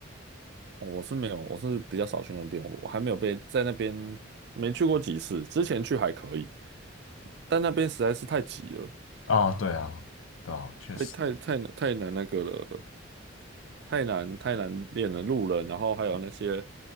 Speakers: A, on the right (about 55°); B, on the left (about 75°).
A: 哦我是没有，我是比较少去那边，我我还没有被在那边没去过几次，之前去还可以，但那边实在是太挤了，
B: <laughs> 啊，对啊，对啊，确实，
A: 太太太难太难那个了，太难太难练了路人，然后还有那些